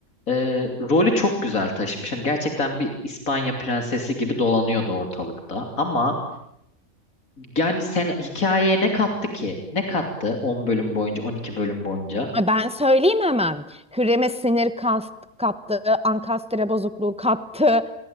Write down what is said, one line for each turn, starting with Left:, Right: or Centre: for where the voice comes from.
Left: e, rolü çok güzel taşımış. Hani gerçekten bir İspanya prensesi gibi dolanıyordu ortalıkta. Ama Yani sen hikayeye ne kattı ki? Ne kattı On bölüm boyunca, 12 bölüm boyunca?
Centre: Ay ben söyleyeyim hemen. Hürrem'e sinir kas- kattı, ankastre bozukluğu kattı.